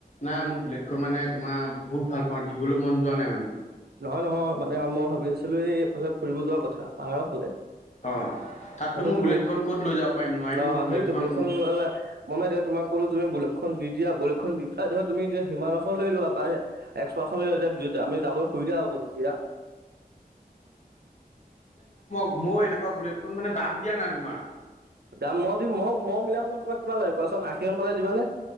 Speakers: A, on the left; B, on the right.
A: নাই মোৰ বুলেটখন মানে তোমাৰ বহুত ভাল পাওঁ দিবলৈ মন যোৱা নাই মানে।
B: নহয় নহয় মানে মই ভাবি আছিলো, এই এইফালে ফুৰিব যোৱাৰ কথা পাহাৰৰ ফালে।
A: অ'। তাততো
B: তাৰপিছত
A: মোৰ
B: তুমি,
A: বুলেটখন ক'ত লৈ যাব পাৰিম নোৱাৰিম
B: অ'
A: নহয় বুলেটখন
B: সেইটো বৰষুণ মমে তেতিয়া তোমাক কোত তুমি বুলকখন দি দিয়া বুলকখন দি পেলাই ধ তুমি এতি সিনাখন লৈ লোৱা বা এক্সপাৰখন লৈতিয়া য আমি যাব সুবিধা হ'ব তেতিয়া।
A: মোৰ এনেকুৱা বুলেটখন মানে দাম দিয়া নাই তোমাৰ
B: দাম মই দিম মই ম মিলাম নয় তোমাক কিবা লাগিব কোৱাচোন আশী মান পালে দিবানে?